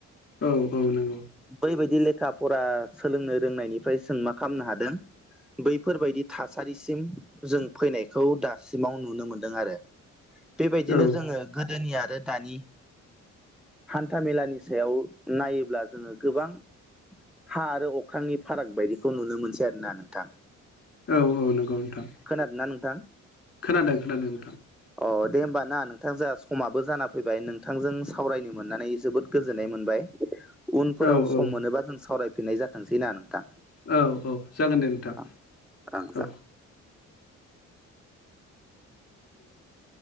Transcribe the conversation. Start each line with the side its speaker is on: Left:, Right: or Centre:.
Left: औ औ नंगौ
Centre: बैबायदि लेखा फरा सोलोंनो रोंनायनिफ्राय जों मा खालामनो हादों बैफोरबायाददि थासारिसिम जों फैनायखौ दासिमाव नुनो मोनदों आरो बेबायदिनो
Left: औ
Centre: जोङो गोदोनि आरो दानि हान्था मेलानि सायाव नायोब्ला जोङो गोबां हा आरो अख्रांनि फाराग बायदिखौ नुनो मोनसै आरो ना नोंथां
Left: औ औ नंगौ नोंथां
Centre: खोनादोंना नोंथां
Left: खोनादों खोनादों नोंथां
Centre: अ दे होमबा ना नोंथां जहा समाबो जाना फैबाय नोंथांजों सावरायनो मोननानै जोबोद गोजोननाय मोनबाय उनफोराव
Left: औ
Centre: सम
Left: औ
Centre: मोनोबा जों सावरायफिननाय जाथोंसै ना नोंथां
Left: औ औ जागोन दे नोंथां
Centre: ओं जागोन
Left: औ <inaudible>